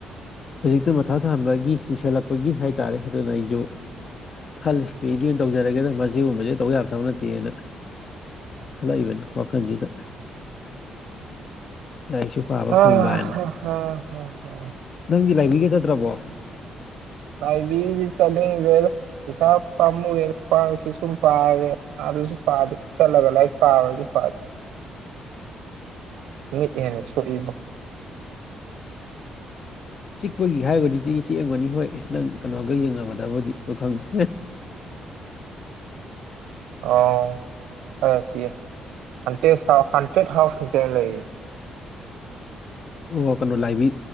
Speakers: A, on the left (about 45°); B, on the right (about 80°).
A: ꯍꯧꯖꯤꯛꯇꯤ ꯃꯊꯥ ꯁꯥꯕꯒꯤ ꯀꯨꯏꯁꯜꯂꯛꯄꯒꯤ ꯍꯥꯏꯇꯔꯦ ꯑꯗꯨꯅ ꯑꯩꯁꯨ ꯈꯜꯂꯤ ꯄꯤꯑꯖꯗꯤ ꯑꯣꯏꯅ ꯇꯧꯖꯔꯒꯦꯅ ꯃꯁꯤꯒꯨꯝꯕꯁꯤ ꯇꯧ ꯌꯥꯕ ꯊꯕꯛ ꯅꯠꯇꯦꯅ ꯈꯂꯛ ꯏꯕꯅꯤ ꯋꯥꯈꯜꯁꯤꯗ
B: <inaudible>
A: ꯂꯥꯏꯔꯤꯛꯁꯨ ꯄꯥꯕ
B: ꯑ
A: ꯐꯪꯕ ꯍꯥꯏꯅ
B: ꯍꯥ ꯍꯥ ꯍꯥ ꯍꯥ
A: ꯅꯪꯗꯤ ꯂꯥꯏꯕ꯭ꯔꯤ ꯒ ꯆꯠꯇ꯭ꯔꯕꯣ
B: ꯂꯥꯏꯕ꯭ꯔꯤ ꯖꯦ ꯆꯠꯅꯤꯡꯗꯦꯗ ꯄꯩꯁꯥ ꯄꯥꯝꯃꯨꯔꯦꯗ ꯄꯥꯜꯁ ꯁꯨꯝ ꯄꯥꯔꯦ ꯑꯗꯁꯨ ꯄꯥꯗꯦ ꯆꯠꯂꯒ ꯂꯥꯏꯔꯤꯛ ꯄꯥꯕꯁꯨ ꯄꯥꯗꯦ ꯃꯤꯠ ꯍꯦꯟꯅ ꯁꯣꯛꯏꯕꯣ
A: ꯆꯤꯛꯄꯒꯤ ꯍꯥꯏꯔꯨꯒꯗꯤ ꯆꯤꯛꯇꯤ ꯆꯤꯛꯂꯝꯒꯅꯤ ꯍꯣꯏ ꯅꯪ ꯀꯩꯅꯣꯒ ꯌꯦꯡꯅꯕꯗꯕꯨꯗꯤ ꯑꯗꯨ ꯈꯪꯗꯦ
B: <inaudible> ꯑꯣ ꯈꯔ ꯁꯤꯛꯑꯦ ꯍꯟꯇꯦꯁ ꯍꯥꯎ ꯍꯟꯇꯦꯠ ꯍꯥꯎꯁ ꯅꯦ ꯀꯩꯅꯣ ꯂꯩꯔꯤꯗꯣ
A: ꯑꯣ ꯀꯩꯅꯣ ꯂꯥꯏꯕ꯭ꯔꯤ